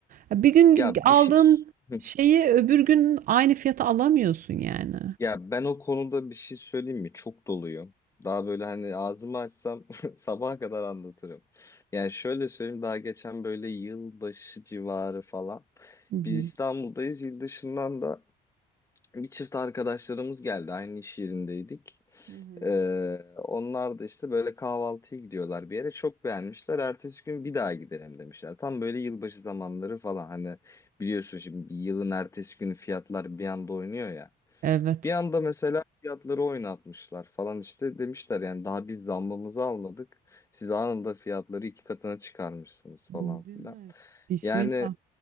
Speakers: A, on the right; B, on the left.
A: Ya Bir gün
B: Ya
A: aldığın
B: bir şey <laughs>
A: şeyi öbür gün aynı fiyata alamıyorsun yani.
B: Ya ben o konuda bir şey söyleyeyim mi? Çok doluyum. Daha böyle hani ağzımı açsam <laughs> sabaha kadar anlatırım. Yani şöyle söyleyeyim daha geçen böyle yılbaşı civarı falan.
A: Hı hı.
B: Biz İstanbul'dayız. Yıl dışından da bir çift arkadaşlarımız geldi. Aynı iş yerindeydik.
A: Hı hı.
B: Ee, onlar da işte böyle kahvaltıya gidiyorlar bir yere. Çok beğenmişler. Ertesi gün bir daha gidelim demişler. Tam böyle yılbaşı zamanları falan. Hani biliyorsun şimdi bir yılın ertesi günü fiyatlar bir anda oynuyor ya.
A: Evet.
B: Bir anda mesela fiyatları oynatmışlar falan işte demişler yani daha biz zammımızı almadık. Siz anında fiyatları iki katına çıkarmışsınız
A: Değil
B: falan filan.
A: mi? Bismillah.
B: Yani